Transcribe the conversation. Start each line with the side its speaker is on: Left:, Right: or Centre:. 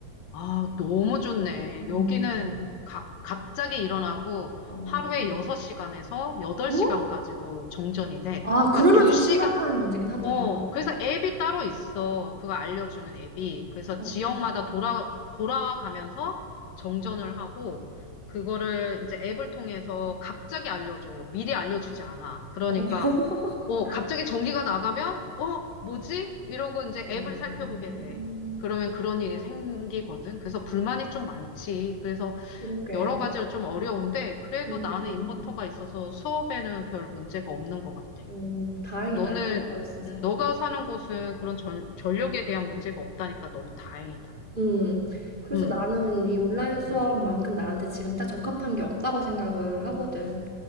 Left: 아, 너무 좋네.
Right: 음,
Left: 여기는 갑, 갑자기 일어나고
Right: 어,
Left: 하루에 6시간에서 8시간까지도
Right: 뭐?
Left: 정전이 돼.
Right: 아,
Left: 그러니까
Right: 그러면
Left: 2시간,
Right: 좀 심각한 문제긴 하다.
Left: 어, 그래서 앱이 따로 있어. 그거 알려주는 앱이. 그래서
Right: 어,
Left: 지역마다
Right: 어,
Left: 돌아, 돌아가면서 정전을 하고, 그거를 이제 앱을 통해서 갑자기 알려줘. 미리 알려주지 않아. 그러니까,
Right: <laughs>
Left: 어, 갑자기 전기가 나가면, 어, 뭐지? 이러고 이제
Right: 음,
Left: 앱을 살펴보게 돼. 그러면 그런 일이 생기거든. 그래서 불만이 좀 많지. 그래서
Right: 그러게.
Left: 여러 가지로 좀 어려운데, 그래도
Right: 음,
Left: 나는 인버터가 있어서 수업에는 별 문제가 없는 것 같아.
Right: 음, 다행이다,
Left: 너는,
Right: 이것도 있어서.
Left: 음, 너가 사는 곳은 그런 전, 전력에 대한 문제가 없다니까 너무 다행이다.
Right: 음, 그래서
Left: 음,
Right: 나는 이 온라인 수업만큼
Left: 음.
Right: 나한테 지금 딱 적합한 게 없다고 생각을 하거든.